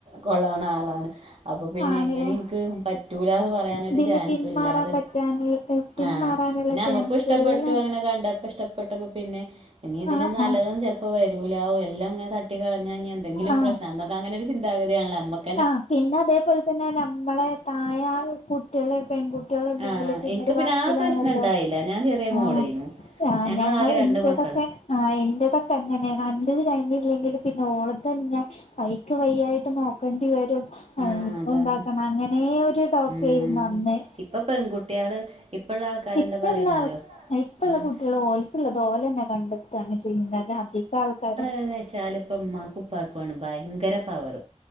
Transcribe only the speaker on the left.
ആണ്ല്ലേ
ഇതിന്ന്
പിന്മാറാൻ
പറ്റാന് പിന്മാറാനുള്ള
ചാൻസ്
ഇല്ലല്ലേ
ആഹ്
ആഹ്
ആഹ്
ആഹ് പിന്നെ അതേപോലെ തന്നെ നമ്മളെ തായ കുട്ടികള പെൺകു ട്ടിയള് ണ്ടെങ്കിൽ
പിന്നെരു
പറച്ചിലാണല്ലോ
ആഹ് ആഹ്
ഞങ്ങ
ഇറതൊക്കെ
ആഹ് എന്റെതൊക്കെ അങ്ങനെയാണ് അന്റെത് കഴി ഇല്ലെങ്കിൽ പിന്നെ ഓളത്തന്ന ഞാൻ വൈക്ക് വയ്യായിട്ട് നോക്കേണ്ടിവരും അയിനിപ്പോ
ഉണ്ടാക്കണം അങ്ങനെയൊരു ടോ
ക്കെർന്നു അന്ന്
ഇപ്പല്ല
ഇപ്പളെകുട്ടിയാൾ
ഓൾക്കില്ലാത് ഓലന്നെ കണ്ടതാണ് ചെയ്യുന്നത് അതികൾക്കാരും